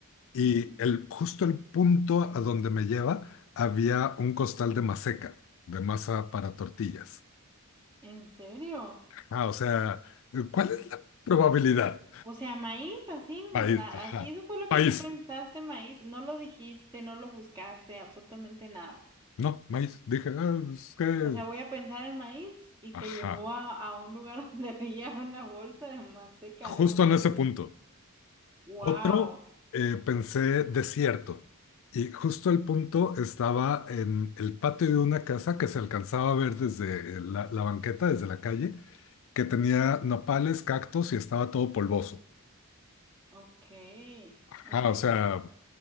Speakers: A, on the left (about 60°); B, on the right (about 20°).
A: Y
B: Ujú.
A: el, justo el punto a donde me lleva había un costal de maseca, de masa para tortillas.
B: ¿En serio?
A: Ah, o sea, ¿cuál es la probabilidad?
B: O sea, maíz, así,
A: Maíz,
B: na-
A: ajá.
B: así, eso fue lo
A: Maíz.
B: que tú pensaste, maíz. No lo dijiste, no lo buscaste, absolutamente nada.
A: No, maíz. Dije, ah, es que...
B: O sea, voy a pensar en maíz y
A: Ajá.
B: te llevó a, a un lugar <laughs> donde había una bolsa de maseca,
A: Justo
B: no manches.
A: en ese punto.
B: Wow.
A: Otro, eh, pensé desierto. Y justo el punto estaba en el patio de una casa que se alcanzaba a ver desde eh, la, la banqueta, desde la calle, que tenía nopales, cactus y estaba todo polvoso.
B: Ok,
A: Ajá,
B: ok.
A: o sea,